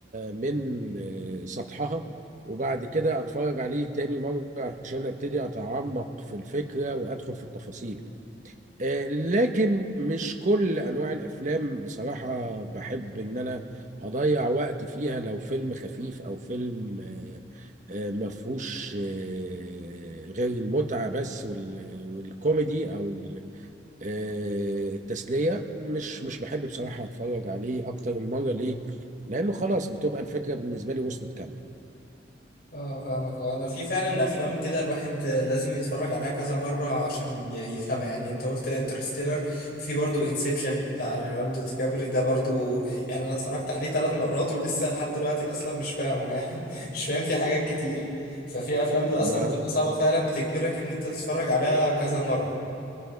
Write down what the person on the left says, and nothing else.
اه فاهمك هو انا في فعلا افلام كده الواحد لازم يتفرج عليها كذا مره عشان ي- يفهمها يعني انت قلت انترستيلر في برضو انسبشن بتاع ليوناردو دي كابري ده برضو يعني انا اتفرجت عليه ثلاث مرات ولسه لحد دلوقتي اصلا مش فاهمه يعني <laughs> مش فاهم فيه حاجات كتير ففي افلام ده اصلا
بتبقى صعبه فعلا بتجبرك ان انت تتفرج عليها كذا مره